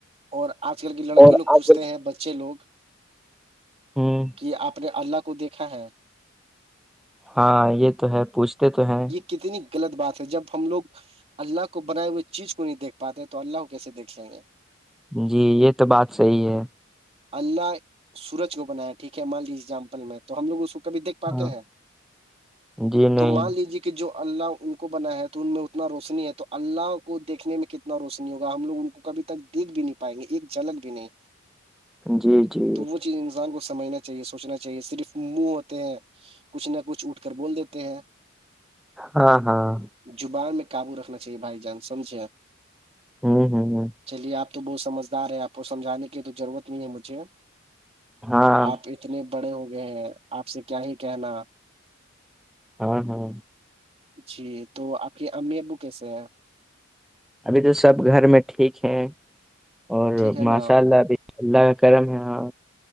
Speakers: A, on the right; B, in the centre.
A: اور آج کل کی لڑکی
B: اور
A: لوگ پوچھتے
B: آج کل
A: ہیں بچے لوگ
B: ہاں <unintelligible>
A: کہ آپ نے اللہ کو دیکھا ہے
B: ہاں یہ تو ہے پوچھتے تو ہیں
A: کتنی غلط بات ہے جب ہم لوگ اللہ کو بنائے ہوئے چیز کو نہیں دیکھ پاتے تو اللہ کو کیسے دیکھ لیں گے
B: جی یہ تو بات صحیح ہے
A: اللہ سورج کو بنایا ٹھیک ہے مالجیزامپل میں تو ہم لوگ اس <unintelligible> کبھی دیکھ پاتے
B: ہاں
A: ہیں
B: جی نہیں
A: تو مان لیجیے کہ کہ جو اللہ ان کو بنایا ہے تو ان میں اتنا روشنی ہے تو اللہ کو دیکھنے میں کتنا اتنا روشنی ہوگا ہم لوگ ان کو کبھی تک دیکھ بھی نہیں پائیں گے ایک جھلک بھی نہیں
B: جی جی
A: تو وہ چیز انسان کو سمجھنا چاہیے سوچنا چاہیے صرف منہ ہوتے ہیں کچھ نہ کچھ اٹھ کر بول دیتے ہیں
B: ہاں ہاں
A: زبان میں قابو رکھنا چاہیے بھائی جان سمجھےپ
B: ہوں ہ
A: چلیے آپ <unintelligible> تو بہت سمجھدار ہے آپ کو سمجھانے کی تو ضرورت نہیں ہے مجھے
B: ہاں
A: آپ اتنے بڑے ہو گئے ہیں آپ سے کیا ہی کہنا
B: ہاں ہاں
A: جی تو آپ کی امی ابو کیسے ہیں
B: ابھی تو سب گھر میں ٹھیک ہے اور
A: ٹھیک ہے نا
B: ماشاء اللہ ابھی اللہ کا کرم ہے ہاں